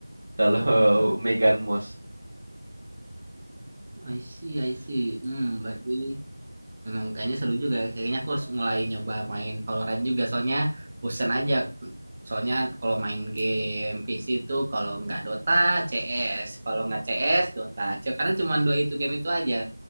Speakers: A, on the right; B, on the right.
A: kalau <laughs>
B: Ah,
A: Megan Moss.
B: I see, I see. Hmm, berarti memang kayaknya seru juga. Kayaknya aku harus mulai nyoba main Valorant juga soalnya bosen aja. Soalnya kalau main game PC itu kalau nggak Dota, CS. Kalau nggak CS, Dota. Sekarang cuma dua itu game itu aja.